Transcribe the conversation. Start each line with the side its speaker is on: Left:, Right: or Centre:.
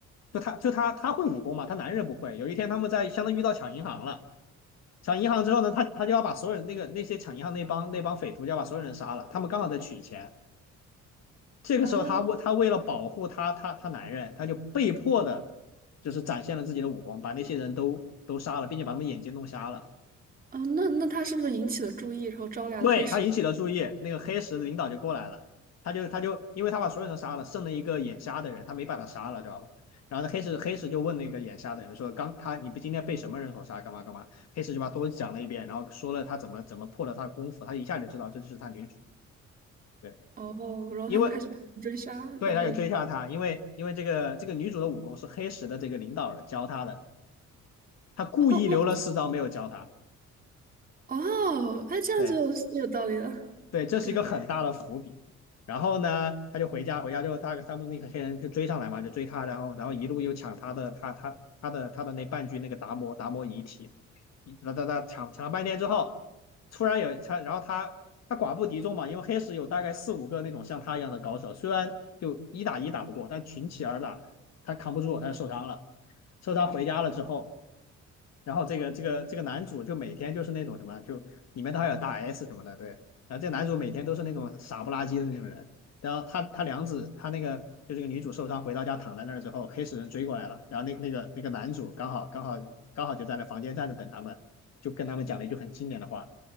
Left: 就她就她她会武功嘛，她男人不会。有一天他们在相当于遇到抢银行了。抢银行之后呢，他他就要把所有人那个那些抢银行那帮那帮匪徒就要把所有人杀了，他们刚好在取钱，这个时候他为他为了保护他他他男人，
Right: 哦啊
Left: 他就被迫的，就是展现了自己的武功，把那些人都都杀了，并且把他们眼睛弄瞎了。
Right: 啊，那那他是不是引起了注意，然后招来了黑石？
Left: 对，他引起了注意，那个黑石的领导就过来了，他就他就因为他把所有人杀了，剩了一个眼瞎的人，他没把他杀了，知道吧？然后那黑石黑石就问那个眼瞎的人说：“刚他你不今天被什么人所杀？干嘛干嘛？”黑石就把都讲了一遍，然后说了他怎么怎么破了他功夫，他一下就知道这就是他女主。对，
Right: 哦，然后他就开始盘追杀，
Left: 因为对，
Right: 然后
Left: 他就追杀他，因为因为这个这个女主的武功是黑石的这个领导人教她的，他故意留了四招没有教她。
Right: 哦哦哦，哎，这样就是有道理了。
Left: 对。对，这是一个很大的伏笔。
Right: 对
Left: 然后呢，他就回家，回家之后他他们那个黑人就追上来嘛，就追他，然后然后一路又抢他的他他他的他的那半具那个达摩达摩遗体，他他他抢抢了半天之后，突然有他，然后他他寡不敌众嘛，因为黑石有大概四五个那种像他一样的高手，虽然就一打一打不过，但群起而打，他扛不住，他就受伤了，受伤回家了之后。然后这个这个这个男主就每天就是那种什么，就里面都还有大 S 什么的，对，然后这男主每天都是那种傻不拉几的那种人，然后他他娘子他那个就这个女主受伤回到家躺在那儿之后，黑死人追过来了，然后那那个那个男主刚好刚好刚好就在那房间站着等他们，就跟他们讲了一句很经典的话，